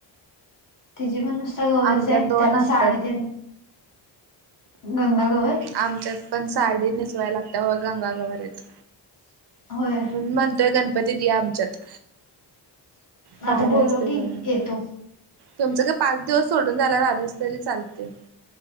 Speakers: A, on the left; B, on the right.
A: तिजी पण नुसता गवरच
B: आमच्यात
A: हाय,
B: दोन
A: त्याला
B: असतात.
A: साडी तेन गंगा गवर.
B: आमच्यात पण साडी नेसवायला लागत्या हो, गंगागवर‌ आहेत.
A: होय.
B: मी म्हणतोय गणपतीत य आमच्यात भारी
A: आता बोलव
B: असतेय
A: की
B: बघायला.
A: येतो
B: तुमचं काय पाच दिवस सोडून झाल्यावर आलीस तरी चालते.